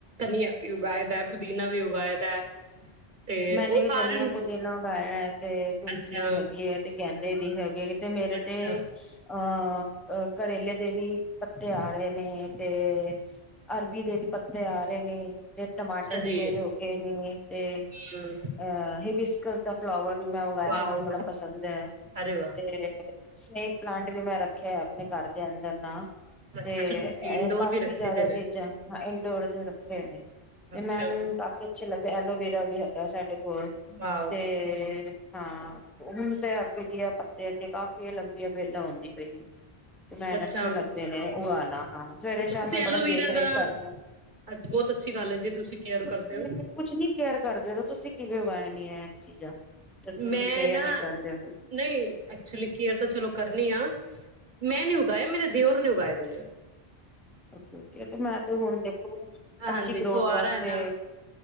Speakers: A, on the right; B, in the centre.
A: ਧਨੀਆ ਵੀ ਉਗਾਏ ਦਾ ਪੁਦੀਨਾ ਵੀ ਉਗਾਏ ਦਾ ਤੇ
B: ਮੈਨੇ
A: ਉਹ
B: ਵੀ
A: ਸਾਰੇ
B: ਦਨੀਆ
A: ਨੂੰ
B: ਪੁਦੀਨਾ ਉਗਾਇਆ ਹੈ ਤੇ ਦੁਰਜੀ
A: ਅੱਛਾ
B: ਦੀ ਹੈਗੀ ਹੈ ਤੇ ਗਹਦੇ ਦੀ ਹੈਗੇ ਤੇ ਮੇਰੇ
A: ਅੱਛਾ
B: ਤੇ ਅ ਕਰੇਲੇ ਦੇ ਵੀ ਪੱਤੇ ਆ ਰਹੇ ਨੇ ਤੇ ਅਰਬੀ ਦੇ ਵੀ ਪੱਤੇ ਆ ਰਹੇ ਨੇ ਤੇ ਟਮਾਟਰ
A: ਅੱਛਾ
B: ਵੀ
A: ਜੀ
B: ਮੇਰੇ ਹੋ ਗਏ ਨੇ ਤੇ ਇਹ
A: ਹੂੰ
B: ਹਾਈਬਿਸਕਸ ਦ ਫਲਾਵਰ ਵੀ ਮੈਂ ਉਗਾਇਆ
A: ਵਾਓ
B: ਮੈਨੂੰ ਬੜਾ ਪਸੰਦ ਹੈ
A: ਅਰੇ ਵਾਹ
B: ਤੇ ਸਨੇਕ ਪਲਾਂਟ ਵੀ ਮੈਂ ਰੱਖਿਆ ਆਪਣੇ ਘਰ ਦੇ ਅੰਦਰ ਨਾ
A: ਅੱਛਾ
B: ਤੇ
A: ਅੱਛਾ ਤੁਸੀਂ ਇੰਡੋਰ
B: ਕਾਫ਼ੀ
A: ਵੀ ਰੱਖੇ
B: ਜ਼ਿਆਦਾ
A: ਦੇ ਨੇ
B: ਚੀਜ਼ਾਂ ਇੰਡੋਰ ਪੌਦੇ ਰੱਖਏ ਨੇ ਤੇ
A: ਅੱਛਾ
B: ਮੈਨ ਕਾਫੀ ਅੱਛੇ ਲੱਗੇ ਤੇ ਐਲੋਵੇਰਾ ਵੀ ਹੈ ਐ ਸਾਡੇ ਹੋਰ,
A: ਵਾਓ
B: ਤੇ ਹਾਂ ਹੁਣ ਤੇ ਹਰ ਬੀ ਏ ਪੱਤੇ ਅਗੇ ਕਾਫੀ ਲੰਬੀਆਂ ਬੇਲਾਂ ਹੁੰਦੀ ਪਈਆਂ ਤੇ ਮੈਨ
A: ਅੱਛਾ
B: ਅੱਛੇ ਲੱਗਦੇ ਨੇ ਉਹ ਆਉਣਾ ਹਾਂ ਸਵੇਰੇ
A: ਅੱਛਾ
B: ਸ਼ਾਮ
A: ਤੁਸੀਂ
B: ਮੈਂ
A: ਐਲੋਵੀਰਾ
B: ਬੜਾ ਦੇਖ ਰੇਖ
A: ਦਾ
B: ਕਰਦੀ ਆਂ
A: ਅੱਛ- ਬਹੁਤ ਅੱਛੀ ਗੱਲ ਹੈ ਜੇ ਤੁਸੀਂ ਕੇਅਰ
B: ਤੁਸੀਂ
A: ਕਰਦੇ ਹੋ
B: ਕੁਛ ਨੀ ਕੇਅਰ ਕਰਦੇ ਤੁਸੀਂ ਕਿਵੇਂ ਉਾਇਆ ਨ ਇਹ ਚੀਜ਼ਾਂ ਤੇ ਤੁਸੀਂ
A: ਮੈਂ
B: ਕੇਅਰ
A: ਨਾ
B: ਨੀ ਕਰਦੇ ਹੋ
A: ਨਹੀਂ ਐਕਚੁਲੀ ਕੇਅਰ ਤਾਂ ਚਲੋ ਕਰਨੀ ਆ ਮੈਂ ਨੀ ਉਗਾਏ ਮੇਰੇ ਦਿਓਰ ਨੇ ਉਗਾਏ ਤਜੇ
B: ਓ ਤੇ ਮੈਂ ਤੇ ਹੁਣ ਦੇਖੋ
A: ਹਾਂਜੀ
B: ਅੱਛੀ ਗਰੋਥ
A: ਕੁਆਰਾ
B: ਵਾਸਤੇ
A: ਹੈ ਨਾ